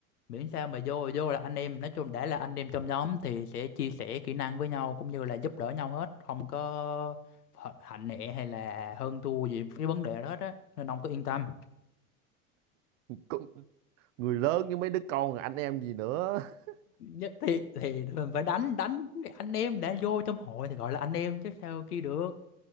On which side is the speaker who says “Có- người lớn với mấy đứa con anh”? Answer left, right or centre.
Right